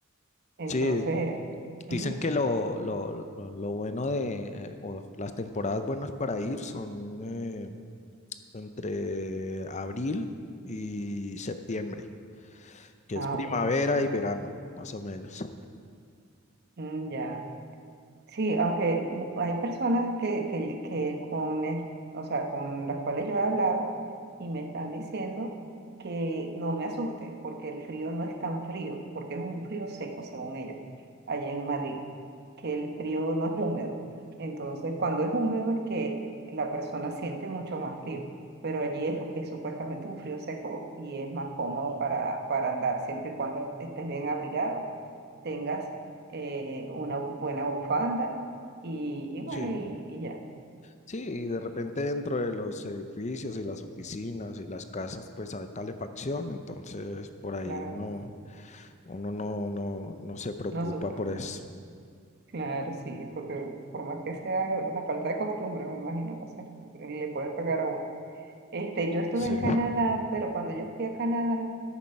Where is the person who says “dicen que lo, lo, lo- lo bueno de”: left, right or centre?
Left